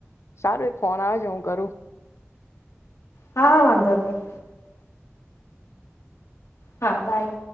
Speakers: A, on the left; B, on the left.
A: સારું એક ફોન આવે છે હું કરું
B: હા વાંધો જ નહીં હા બાય.